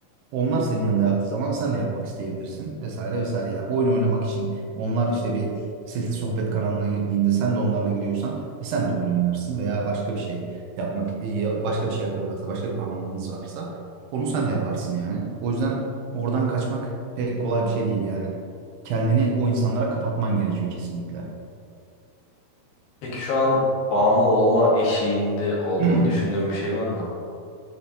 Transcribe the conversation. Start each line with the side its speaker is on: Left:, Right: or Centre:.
Right: onlar senin yanında yaptığı zaman sen de yapmak isteyebilirsin vesaire vesaire. Yani oyun oynamak için onlar işte bir sesli sohbet kanalına girdiğinde sen de onlarla giriyorsan e, sen de oyun oynarsın veya başka bir şey yapmak e, başka bir şey yapıyorlarsa başka bir bağımlılığınız varsa onu sen de yaparsın yani. O yüzden oradan kaçmak pek kolay bir şey değil yani. Kendini o insanlara kapatman gerekiyor kesinlikle.
Left: Peki şu an bağımlı olma eşiğinde olduğunu
Right: <clears throat>
Left: düşündüğün bir şey var mı?